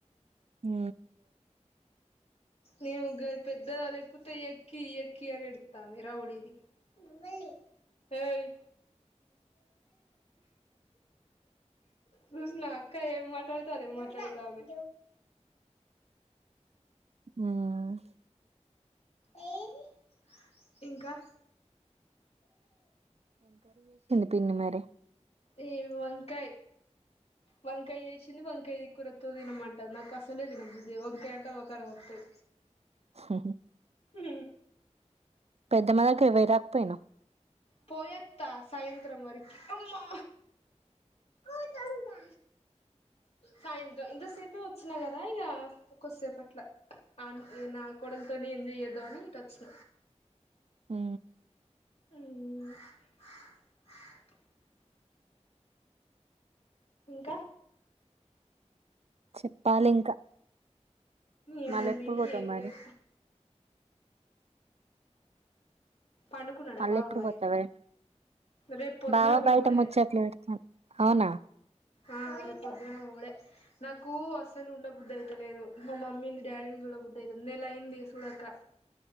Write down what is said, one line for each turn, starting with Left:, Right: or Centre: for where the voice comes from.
Right: హు
Left: నేను గది పెద్దది గది ఎక్కితే ఎక్కి ఎక్కి అని ఎడుత్తంది రౌడీది వెళ్ళలి ఏయ్ జ్యోస్న అక్క ఏం మాట్లాడుతే ఆది మాట్లాడుతాంది
Right: హువా
Left: ఏమి ఇంకా
Right: తిను మరి
Left: ఏ వంకాయ వంకాయ వేసింది వంకాయ కూరతో తినమంటారు నాకు అసలే తినబుద్ధే వంకాయ అంటే ఒకర వత్తాయి
Right: హహ
Left: హు
Right: పెద్ద మద కవై పోయారక పోయినవ్
Left: పోయత్తా సాయంత్రం వరకి అమ్మా ఓతంటా సాయంత్రం ఇంతసేపే వచ్చిన కదా ఇగ కొద్దిసేపు అట్ల అవున్ నా కోడలతోనే ఎంజాయ్ చేద్దాం అని ఇటు వచ్చిన
Right: హు
Left: హూ ఇంకా
Right: చెప్పాలి ఇంక
Left: ఏముంది
Right: మళ్ళీ ఎప్పుడు పోతావ్
Left: ఏం
Right: మరి
Left: లేదు పండుకున్నడ
Right: మళ్ళీ
Left: బావ
Right: ఎప్పుడు
Left: మరి
Right: పోతావే
Left: రేపు పొద్దున్న
Right: బావ
Left: పోవుడే
Right: బయట ముచ్చట్లు పెడతాను అవునా
Left: ఆ రేపు పొద్దునే పోవుడే నాకు అసలు ఉండబుది అయితలేదు మా మమ్మీని డాడీని చూడ బుది అయితుంది నెల అయింది చూడక